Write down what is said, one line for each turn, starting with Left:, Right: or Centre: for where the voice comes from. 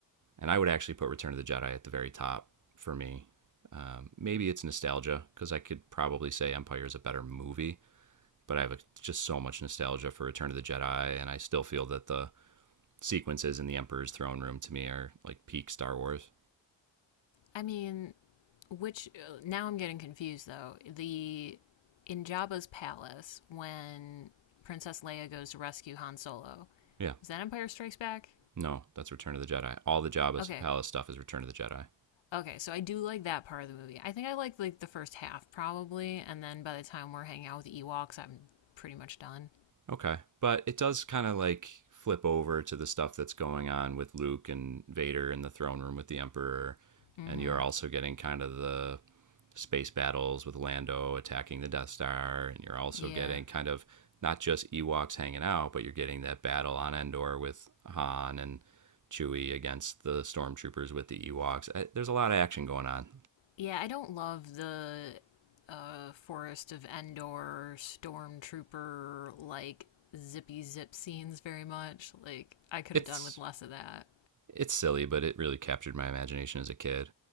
Right: and I would actually put Return of the Jedi at the very top for me. Um, maybe it's nostalgia because I could probably say Empire is a better movie, but I have a, just so much nostalgia for Return of the Jedi, and I still feel that the sequences in the Emperor's throne room to me are like peak Star Wars.
Left: I mean, which now I'm getting confused though. The in Jabba's palace when Princess Leia goes to rescue Han Solo,
Right: Yeah,
Left: is that Empire Strikes Back?
Right: no, that's Return of the Jedi. All the Jabba's
Left: Okay,
Right: palace stuff is Return of the Jedi.
Left: okay. So I do like that part of the movie. I think I like like the first half probably, and then by the time we're hanging out with the Ewoks, I'm pretty much done.
Right: Okay. But it does kind of like flip over to the stuff that's going on with Luke and Vader in the throne room with the Emperor.
Left: Mm-hmm.
Right: And you're also getting kind of the space battles with Lando attacking the Death Star. And you're also
Left: Yeah.
Right: getting kind of not just Ewoks hanging out, but you're getting that battle on Endor with Han and Chewie against the stormtroopers with the Ewoks. Uh, There's a lot of action going on.
Left: Yeah, I don't love the uh, Forest of Endor stormtrooper like zippy zip scenes very much. Like I could
Right: It's
Left: have done with less of that.
Right: it's silly, but it really captured my imagination as a kid.